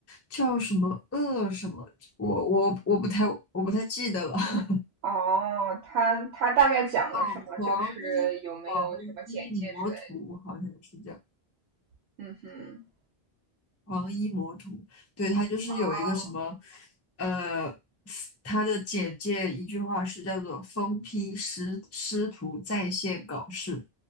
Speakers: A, on the left (about 20°); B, on the right (about 80°).
A: 叫什么恶什么，我我我不太我不太记得了。<laughs>
B: 哦，他他大概讲了什么？
A: 哦，狂医狂医魔徒好像是叫。
B: 就是有没有什么简介之类的？嗯哼，
A: 黄衣魔徒，对，他就是有一个什么，
B: 哦，
A: 呃，他的简介一句话是叫做“疯批师师徒在线搞事”，